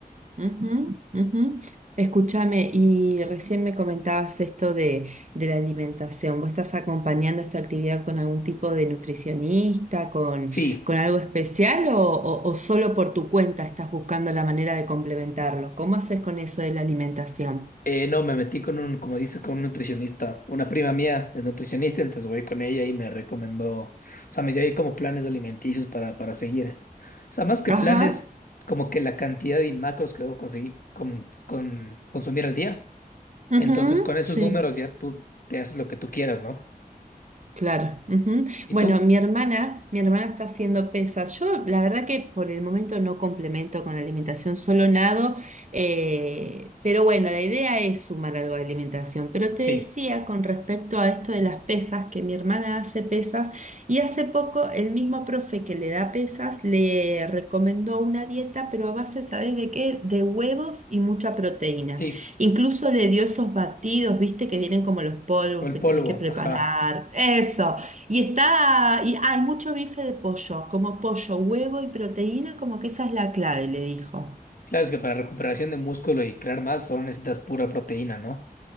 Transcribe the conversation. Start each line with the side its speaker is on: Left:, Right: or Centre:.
Right: Ujú, ujú. Escúchame, y recién me comentabas esto de, de la alimentación. ¿Vos estás acompañando esta actividad con algún tipo de nutricionista, con,
Left: Sí.
Right: con algo especial o, o- o solo por tu cuenta estás buscando la manera de complementarlo? ¿Cómo haces con eso de la alimentación?
Left: Eh, no, me metí con un, como dices, con un nutricionista. Una prima mía es nutricionista, entonces voy con ella y me recomendó, o sea, me dio ahí como planes alimenticios para, para seguir. O sea, más que planes,
Right: Ajá,
Left: como que la cantidad de macros que debo conseguir con, con consumir al día.
Right: ujú,
Left: Entonces, con esos
Right: sí.
Left: números ya tú te haces lo que tú quieras, ¿no?
Right: Claro. ujú.
Left: ¿Y
Right: Bueno,
Left: tú?
Right: mi hermana, mi hermana está haciendo pesas. Yo, la verdad que por el momento no complemento con la alimentación, solo nado, eh, pero bueno, la idea es sumar algo de alimentación. Pero te
Left: Sí,
Right: decía con respecto a esto de las pesas, que mi hermana hace pesas y hace poco el mismo profe que le da pesas le recomendó una dieta, pero a base, ¿sabes de qué? De huevos y mucha proteína.
Left: sí.
Right: Incluso le dio esos batidos, viste, que vienen como los polvos
Left: O el
Right: que
Left: polvo,
Right: tenés que preparar.
Left: ajá.
Right: Eso. Y está, y ah, hay mucho bife de pollo, como pollo, huevo y proteína, como que esa es la clave, le dijo.
Left: Claro, es que para recuperación de músculo y crear más solo necesitas pura proteína, ¿no?